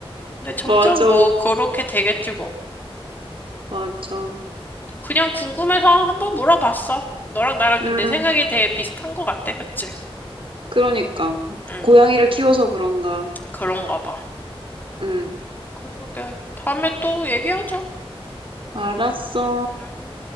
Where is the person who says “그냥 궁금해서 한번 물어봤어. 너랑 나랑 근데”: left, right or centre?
Left